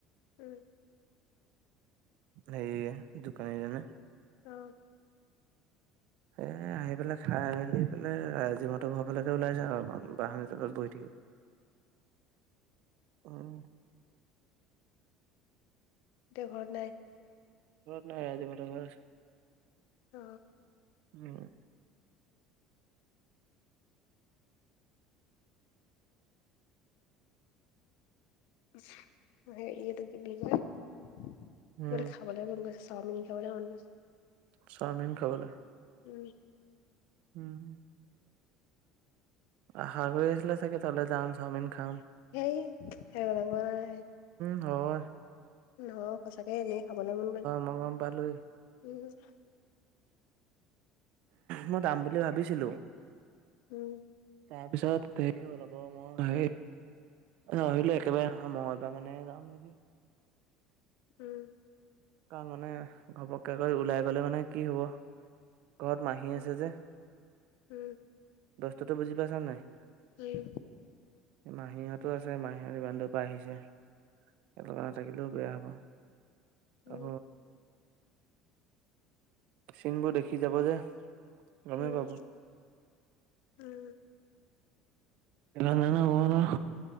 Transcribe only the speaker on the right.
সে দোকানীজনে।
এ আহি পেলাই খাই মেলি পেলাই ৰজিপ ঘৰ ফালেকে ওলাই যা আৰু বাহনি তলত বহি থাকিব।
উম্।
খব নাই আজি মই বেলেগ ঘৰত আছো।
উম।
উম,
চাওমিন খাবলৈ।
হম। আশা কৰি আছিলে চাগে তালে যাম চাওমিন খাম।
অ।
মই গম পালোৱেই।
মই যাম বুলি ভাবিছিলো।
তাৰপিছত সেই অল আকৌ মই আহেই। আহ আহিলো একেবাৰে নহয় মঙলবাৰ মানে যাম নেকি?
কাৰণ মানে ঘপকে কৰি ওলাই গলে মানে কি হব। ঘৰত মাহী
আছে যে
বস্তুতো বুজি পাইছা নাই।
মাহীহঁতো আছে মাহীহঁত ইমান দূৰ পৰা আহিছে সিহঁতৰ লগত নাথাকিলেও বেয়া হব।
অ। চিনবোৰ দেখি যাব যে। গমেই
পাব
এল নান হোৱা।